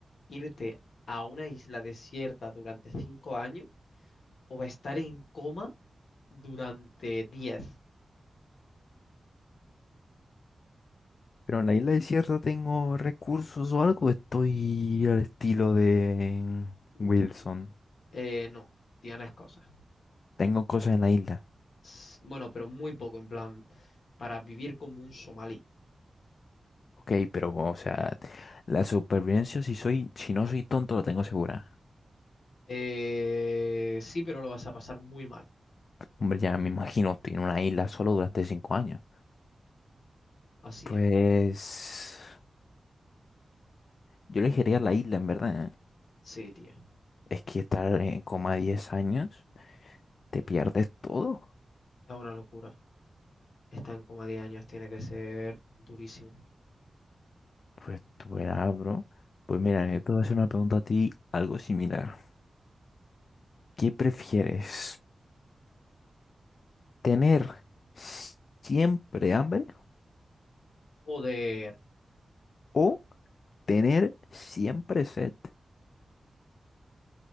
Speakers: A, on the left; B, on the left.
A: ¿Irte a una isla desierta durante cinco años o estar en coma durante diez?
B: Pero en la isla desierta tengo recursos o algo. Estoy al estilo de
A: Mm,
B: Wilson.
A: eh, no, tienes cosas.
B: Tengo cosas en la isla.
A: S- Bueno, pero muy poco, en plan, para vivir como un somalí.
B: Ok, pero, o sea, la supervivencia, si soy, si no soy tonto, la tengo segura.
A: Eh, sí, pero lo vas a pasar muy mal.
B: Hombre, ya me imagino, estoy en una isla solo durante cinco años.
A: Así
B: Pues
A: es.
B: yo elegiría la isla, en verdad.
A: Sí, tío.
B: Es que estar en coma 10 años, te pierdes todo.
A: Es una locura. Estar en coma 10 años tiene que ser durísimo.
B: Pues tú verás, bro. Pues mira, yo te voy a hacer una pregunta a ti, algo similar. ¿Qué prefieres? ¿Tener s- siempre hambre
A: Joder,
B: o tener siempre sed?